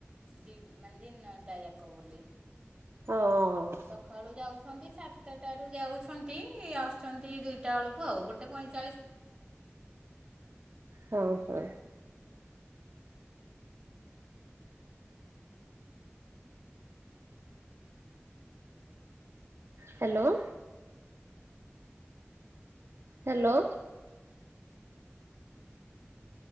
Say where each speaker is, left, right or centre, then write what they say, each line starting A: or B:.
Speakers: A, on the right; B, on the right.
A: ଦି ମାନେ ଦିନଟା ଯାକ ବୋଲି
B: ହଁ ହଁ ହଁ ହଁ
A: ସଖାଳୁ ଯାଉଛନ୍ତି ସାତଟାରୁ ଯାଉଛନ୍ତି ଆସୁଛନ୍ତି ଦୁଇଟା ବେଳକୁ ଆଉ ଗୋଟେ ପଇଁଚାଳିଶ
B: ହଁ ହଁ ହ୍ୟାଲୋ ହ୍ୟାଲୋ।